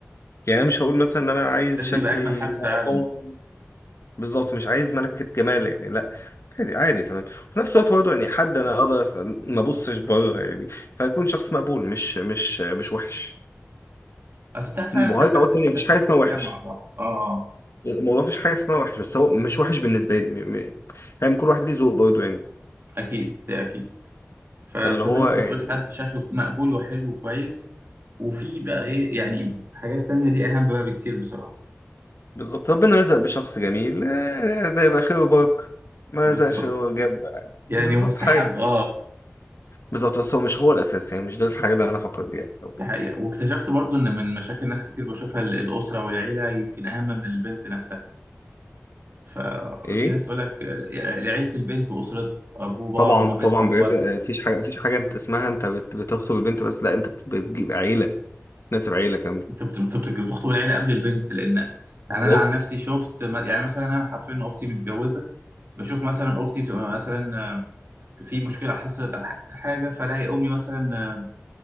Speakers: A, on the left (about 65°); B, on the right (about 50°).
A: يعني انا مش هقول مثلا ان انا عايز
B: لازم
A: شكل
B: يبقى اجمل حد في
A: واو
B: العالم اه
A: بالظبط مش عايز ملكة جمال يعني لا عادي عادي تمام وفي نفس الوقت برضه يعني حد انا اقدر أس- ما ابصش بره يعني فيكون شخص مقبول مش مش مش وحش
B: اصل انت فعلا
A: وهرجع
B: حد هت-
A: اقول تاني مفيش
B: هتعيشوا
A: حاجة اسمها وحش
B: حياه مع بعض اه آه.
A: الموضوع مفيش حاجة اسمها وحش بس هو مش وحش بالنسبة لي م- م- يعني كل واحد ليه ذوق برضه يعني
B: اكيد ده اكيد ف...
A: فاللي
B: فزي
A: هو
B: ما انت
A: يعني
B: بتقول حد شكله مقبول وحلو وكويس وفي بقى ايه يعني حاجات تانية دي اهم بقى بكتير بصراحه
A: بالظبط ربنا رزق بشخص جميل آه، ده يبقى خير وبركة ما
B: بالظبط
A: رزقش هو جاب
B: يعني
A: بالظبط
B: مستحب
A: حاجة
B: اه
A: بالظبط بس هو مش هو الاساس يعني مش ده الحاجه اللي انا فكرت فيها في الأول.
B: دي حقيقة واكتشفت برضو ان من مشاكل ناس كتير بشوفها ال- الأسرة والعيلة يمكن أهم من البنت نفسها ففي
A: ايه
B: ناس تقول لك آه، عيلة البنت وأسرتها أبوه باباها
A: طبعا
B: مامتها
A: طبعا
B: أخواتها
A: بجد آه، مفيش حاجه مفيش حاجه انت اسمها انت بت- بتخطب البنت بس لا انت بت- بتجيب عيله ناسب عيله كامله
B: أنت بت- بت- بت- بتخطب العيلة قبل البنت لأن
A: بالظبط
B: يعني أنا عن نفسي شفت م- يعني مثلا أنا حرفيا أختي متجوزة بشوف مثلا أختي تبقى مثلا آه، في مشكلة حصلت أو ح- حاجة فلاقي أمي مثلا آه،